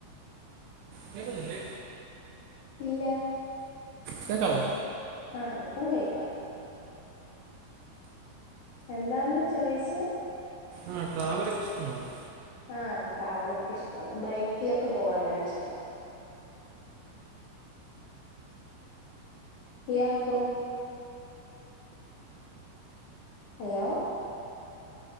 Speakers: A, on the right (about 80°); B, on the left (about 85°).
A: കേക്ക്ന്നില്ലേ?
B: ഇല്ലാ
A: കേക്കാമോ?
B: ആഹ് ഇപ്പം കേക്കാ എന്താന്ന് ചോയിച്ചേ?
A: ആ ട്രാവലൊക്കെ ഇഷ്ടമാണോ?
B: ആഹ് ട്രാവലൊക്കെ ഇഷ്ടാണ് ബൈക്കിലൊക്കെ പോവാനാ ഇഷ്ടം. ഇയാക്കോ? ഹലോ